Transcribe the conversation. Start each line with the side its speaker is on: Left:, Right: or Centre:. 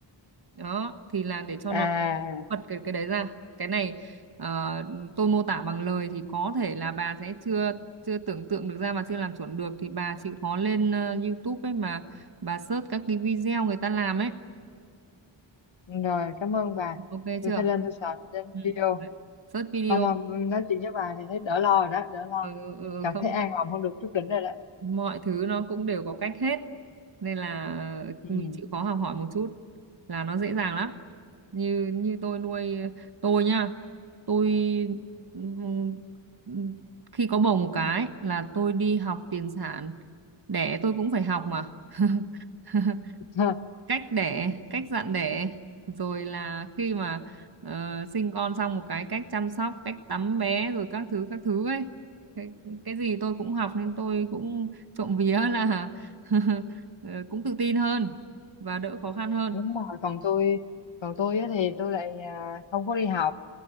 Right: đó thì là để cho
Left: à
Right: nó bật cái cái đấy ra cái này ờ, tôi mô tả bằng lời thì có thể là bà sẽ chưa chưa tưởng tượng được ra mà chưa làm chuẩn được thì bà chịu khó lên ờ, YouTube ấy mà bà search các cái video người ta làm ấy
Left: rồi cảm ơn bà
Right: ok
Left: tôi
Right: chưa
Left: sẽ lên tôi search trên
Right: ừ.
Left: video
Right: search video
Left: không mà nói chuyện với bà thì thấy đỡ lo rồi đó đỡ lo
Right: ừ, ừ, ừ,
Left: cảm
Right: không
Left: thấy an lòng hơn được chút đỉnh rồi đó
Right: mọi thứ nó cũng đều có cách hết nên là
Left: ừ
Right: mình chịu khó học hỏi một chút là nó dễ dàng lắm như như tôi nuôi tôi nhá tôi ừm, ừm, khi có bầu một cái là tôi đi học tiền sản đẻ tôi cũng phải học mà <laughs>
Left: <laughs>
Right: cách đẻ cách dặn đẻ rồi là khi mà ờ, sinh con xong một cái cách chăm sóc cách tắm bé rồi các thứ các thứ ấy cái, cái gì tôi cũng học nên tôi cũng trộm vía là <laughs> ờ, cũng tự tin hơn và đỡ khó khăn hơn
Left: đúng rồi còn tôi còn tôi á thì tôi lại à, không có đi học